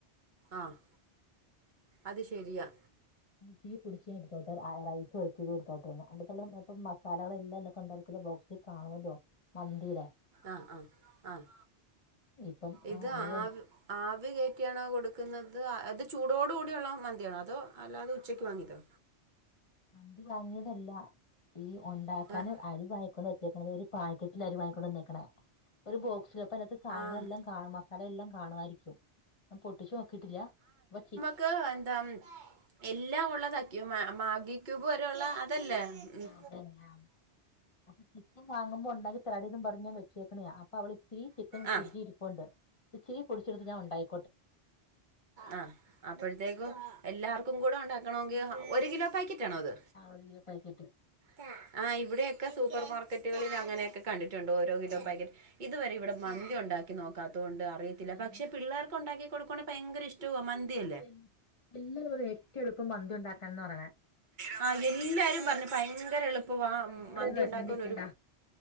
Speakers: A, on the right (about 50°); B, on the left (about 30°).
A: ആഹ് അത് ശരിയാ
B: തീ പുടിച്ച് എടുത്തോട്ടെ ആ റൈസ് <unintelligible> എടുത്തോട്ടേന്ന് അന്റെത്തുള്ള ഇപ്പം മസാലകള് എല്ലാം അതിന്റകത്തു ഉണ്ടായിരിക്കുള്ള ബോക്സ് <unintelligible> മന്തീടെ
A: ആഹ് ആഹ് ആഹ്
B: ഇപ്പം ആ,
A: ഇത്
B: അവള്
A: ആവി ആവി കേറ്റിയാണോ കൊടുക്കുന്നത് അത് ചൂടോടു കൂടിയുള്ള മന്തിയാണോ അതോ അല്ലാതെ ഉച്ചയ്ക്ക് വാങ്ങിയതോ.
B: മന്തി വാങ്ങിയതല്ല ഈ ഒണ്ടാക്കാന്
A: ആഹ്
B: അരി വാങ്ങിക്കൊണ്ട്ക്കണ ഒരു പാക്കറ്റിൽ അരി വാങ്ങിക്കൊണ്ടന്നേക്കണ ഒരു ബോക്സ് ചിലപ്പോ അതിനത്തെ സാധനങ്ങളെല്ലാം
A: ആഹ്
B: കാണു മസാല എല്ലാം കാണുആയിരിക്കും. ഞാ പൊട്ടിച്ചു നോക്കിട്ടില്ല കി
A: ക്ക് എന്താ എല്ലാം ഉള്ളതാക്കി മാഗി ക്യൂബ് വരെയുള്ള അതല്ലേ ഉം.
B: അതന്നെ അപ്പൊ ചിക്കൻ വാങ്ങുമ്പോ ഒണ്ടാക്കി തരാടീന്നും പറഞ്ഞ വെച്ച ച്ചേക്കണയാ അപ്പ അവള് ച്ചി ചിക്കൻ
A: ആ
B: ഫ്രിജിരിപ്പൊണ്ട് ച്ചി പൊടിച്ചെടുത്ത് ഞാൻ ഉണ്ടായി
A: ആഹ് അപ്പോഴത്തേക്കും, എല്ലാർക്കുംകൂടെ ഉണ്ടാക്കണൊങ്കിൽ ഒരു കിലോ- പാക്കറ്റാണോ അത്.
B: ആഹ് ഒരു കിലോപേക്കറ്റ്
A: ആഹാ ഇവിടെയൊക്കെ സൂപ്പർ- മാർക്കറ്റുകളിൽ അങ്ങനെ യൊക്കെ. കണ്ടിട്ടുണ്ട് ഓരോ കിലോ
B: ആ
A: പാക്കറ്റ് ഇതുവരെ ഇവിടെ മന്തി ഒണ്ടാക്കി നോക്കാത്തോണ്ട്, അറിയത്തില്ല
B: ഞാന്
A: പക്ഷെ പിള്ളേർക്ക് ഒണ്ടാക്കി കൊടുക്കവാണെല് ഭയങ്കരഇഷ്ടുവാ മന്തിയ
B: എല്ല് എല്ലാരും പറയും ഏറ്റും എളുപ്പം മന്തി ഉണ്ടാക്കാൻ ന്ന് പറിണെ
A: ആഹാ യെല്ലാരും പറഞ്ഞു ഭയങ്കര എള്പ്പാന്ന്. പ്പവ
B: ഈ സബോളയൊന്നും
A: മന്തി
B: അരിഞ്ഞോണ്ടിരിക്കണ്ട
A: ഉണ്ടാക്കനൊരു